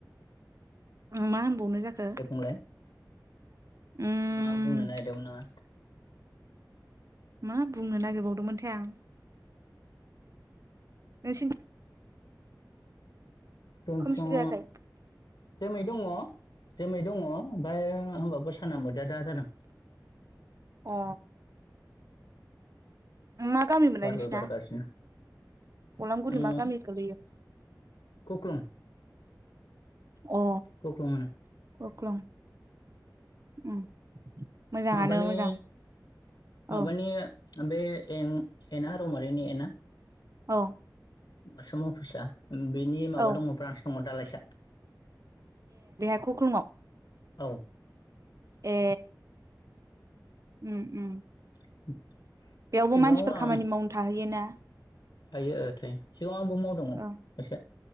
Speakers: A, on the right (about 45°); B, on the left (about 80°).
A: मा होनबावनो जाखो?
B: दे बुंलाय
A: उम
B: मा बुंनो नागिरदोंमोन नोङो
A: मा बुंनो नागिर बावदोंमोनथाय आं नोंसिनि
B: जोंथिं
A: खोमसि जायाखै
B: जोमै दङ। जोमै दङ ओमफ्राय होमबाबो साना मोदा दा जादों।
A: अ मा गामिमोनलाय
B: बारबो
A: नोंसिना?
B: बारगासिनो
A: अलामगुरि
B: उम
A: मा गामि गोलैयो?
B: खख्लं
A: अ
B: गख्रं होनो।
A: अख्लं उम मोजाङानो
B: माबानि
A: मोजां
B: माबानि
A: औ
B: बे एना रौमारिनि एना
A: औ
B: <unintelligible> अफिसा बेनि माबा
A: औ
B: दङ ब्रान्स दङ दालाइसा।
A: खक्लुंआव?
B: औ
A: ए उ उ
B: <inaudible>
A: बेयावबो
B: सिगाङाव
A: मानसिफोर खामानि
B: आं
A: मावनो थाहैयोना?
B: थायो थायो सिगां आंबो मावदोंमोन
A: औ
B: एसे।